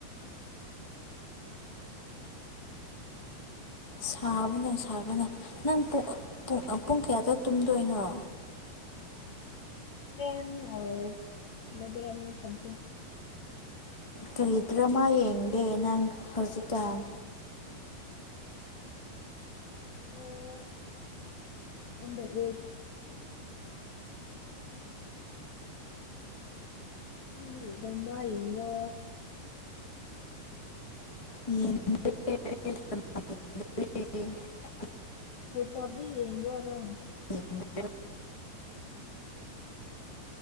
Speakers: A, on the left; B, on the left.
A: ꯁꯥꯕꯅ ꯁꯥꯕꯅ ꯅꯪ ꯄ ꯨꯡ ꯑ ꯄꯨꯡ ꯀꯌꯥꯗ ꯇ ꯇꯣꯏꯅꯣ
B: ꯕ ꯁꯊꯤꯡ
A: ꯀꯔꯤꯗ꯭ꯔꯃ ꯌꯦꯡꯒꯦ ꯅꯪ ꯍꯧꯖꯤꯛꯀꯥꯟ
B: ꯑꯣꯗ ꯑꯦꯠ ꯅꯪꯗꯤꯗꯃ ꯌꯦꯡꯕ꯭ꯔꯣ
A: ꯌꯦ
B: ꯎ ꯀꯗꯤ ꯌꯦꯒꯅ
A: ꯍ ꯌ